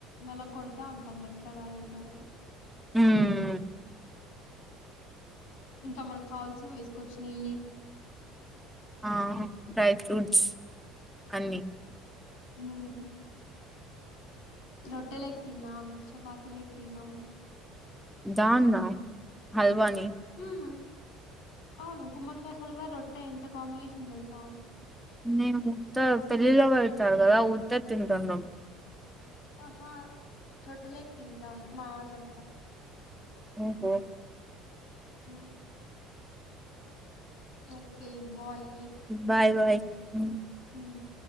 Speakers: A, on the left; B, in the centre.
A: నెల కొడతా అంటాం. మెత్తగా అయ్యేతావరకు
B: హ్మ్
A: ఇంకా మనకు కావాల్సిన వేస్ కొచ్చినాయ్
B: ఆహా డ్రై ఫ్రూట్స్ అన్ని
A: హ్మ్ రొట్టెలక్ తిన్నాం. చపాతి లక్ తిన్నాం.
B: దాన్న ఆ హల్వాని
A: హ్మ్. అవును గుమ్మడికాయ హల్వ రొ అంటే ఎంత కాంబినేషన్ తెలుసా
B: నేను ముత్త పెళ్ళిలకీ పెడతారు కదా ఉత్తది తింటాను.
A: ఆహా రోట్టే లే తింటాం. మా వాళ్ళంతా
B: ఆఓహ
A: హ్మ్ ఓకే బాయ్
B: బాయ్ బాయ్ ఉమ్.
A: <unintelligible>